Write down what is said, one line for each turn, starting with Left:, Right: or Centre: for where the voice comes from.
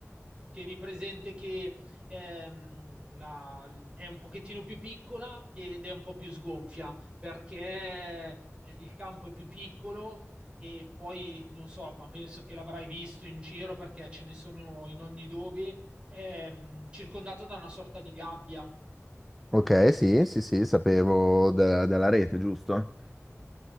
Right: Tieni presente che ehm, la- è un pochettino più piccola ed è un po' più sgonfia perché eh, il campo è più piccolo e poi non so, ma penso che l'avrai visto in giro perché ce ne sono in ogni dove, ehm, circondato da una sorta di gabbia
Centre: ok, sì, sì, sì, sapevo de- della rete, giusto?